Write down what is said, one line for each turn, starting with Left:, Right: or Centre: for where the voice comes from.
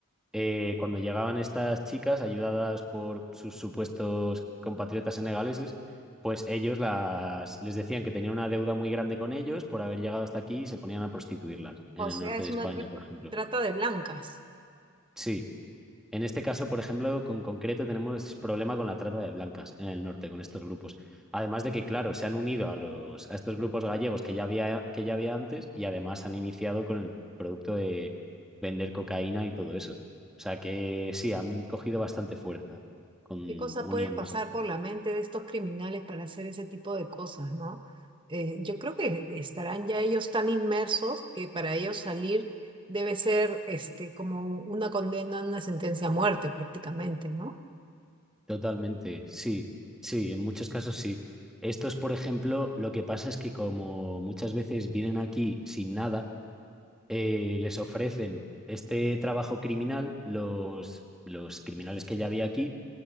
Centre: eh, cuando llegaban estas chicas, ayudadas por sus supuestos compatriotas senegaleses, pues ellos las, les decían que tenían una deuda muy grande con ellos por haber llegado hasta aquí y se ponían a prostituirlas en
Right: O
Centre: el
Right: sea,
Centre: norte
Right: es
Centre: de España,
Right: una tra-
Centre: por ejemplo.
Right: trata de blancas.
Centre: Sí. En este caso, por ejemplo, con concreto tenemos problema con la trata de blancas en el norte, con estos grupos. Además de que, claro, se han unido a los, a estos grupos gallegos que ya había, que ya había antes y además han iniciado con el producto de vender cocaína y todo eso. O sea que sí, han cogido bastante fuerza con,
Right: ¿Qué cosa
Centre: uniéndose.
Right: puede pasar por la mente de estos criminales para hacer ese tipo de cosas, ¿no? Eh, yo creo que estarán ya ellos tan inmersos que para ellos salir debe ser este, como una condena, una sentencia a muerte prácticamente, ¿no?
Centre: Totalmente, sí, sí, en muchos casos sí. Estos, por ejemplo, lo que pasa es que como muchas veces vienen aquí sin nada, eh, les ofrecen este trabajo criminal, los, los criminales que ya había aquí,